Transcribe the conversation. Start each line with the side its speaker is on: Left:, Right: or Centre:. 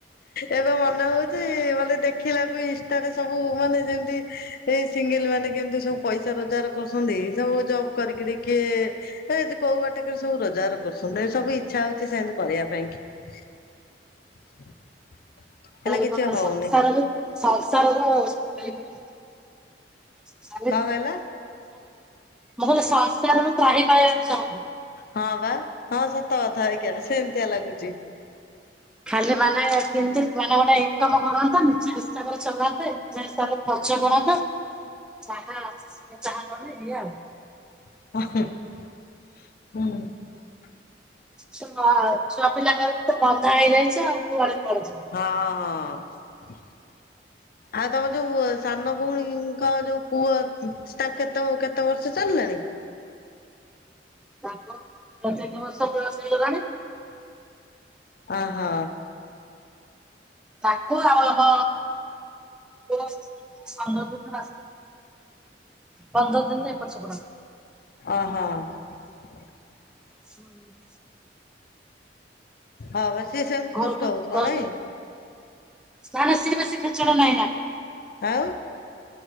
Left: ଏବେ ମନେ ହେଉଛି ମାନେ ଦେଖିଲାକୁ ଇନଷ୍ଟା ରେ ସବୁ ମାନେ ଯେମତି ଏ ସିଙ୍ଗଲ୍ ମାନେ କେମିତି ସବୁ ପଇସା ରୋଜଗାର କରୁଛନ୍ତି ସବୁ ଜବ୍ କରିକି ଟ କିଏ ଏ କୋଉ ବାଟ କରି ସବୁ ରୋଜଗାର କରୁଛନ୍ତି। ସବୁ ଇଚ୍ଛା ହଉଛି ସେମତି କରିବା ପାଇଁ କି। <inaudible> ହେଲେ
Centre: ତା
Left: କିଛି ହଉନି
Centre: ସଂସାର ସଂସରକୁ <unintelligible> <unintelligible>
Left: କଣ କହିଲ?
Centre: ମୋର ସଂସାର ରୁ ତ୍ରାହି ପାଇବାର ସଚାହୁଁଚୁ।
Left: ହଁ ବା ହଁ ସତ କଥା ଆଜ୍ଞା ସେମିତିଆ ଲାଗୁଛି।
Centre: ଖାଲି ମାନେ କେମତି ମାନେ ଗୋଟେ ଇନକମ କରନ୍ତନି। ହିସାବରେ ଚଲାନ୍ତେ ନିଜ ହିସାବରେ ଖର୍ଚ୍ଚ କରନ୍ତେ ଯାହା କଲେ ଇଏ ଆଉ
Left: ହୁଁ ଉଁ ହୁଁ
Centre: ଛୁଆ ଛୁଆ ପିଲାଙ୍କ ତ ମଜା ହେଇଯାଇଛି। ଆଉ କୁଆଡେ କୁଆଡେ ଯିବ।
Left: ହଁ ହଁ ଆଉ ତମ ଯୋଉ ସାନ ଭଉଣୀଙ୍କ ଯୋଉ ପୁଅ ତା କେତେ କେତେ ବର୍ଷ ଚାଲିଲାଣି।
Centre: ତାକୁ ପ୍ରତ୍ୟେକ୍ଷ ବର୍ଷ ଦି ବର୍ଷ। ହେଇଗଲାଣି
Left: ଆ ହୋ
Centre: ତାକୁ ଆଉ ଆମ ପନ୍ଦର ଦିନ ପନ୍ଦର ଦିନ ଏପଟ ସପଟ।
Left: ଓହୋ <inaudible>
Centre: ହୁଁ
Left: ହଁ ବ ସିଏ ସେମିତି
Centre: ଘରକୁ
Left: ଦୁଷ୍ଟ ହଉଥିବ
Centre: ଘରକୁ
Left: ନାଇଁ
Centre: ନା ନା ସିଏ ବେଶୀ ଖେଚଡ଼ ନାହିଁ
Left: ଆଉ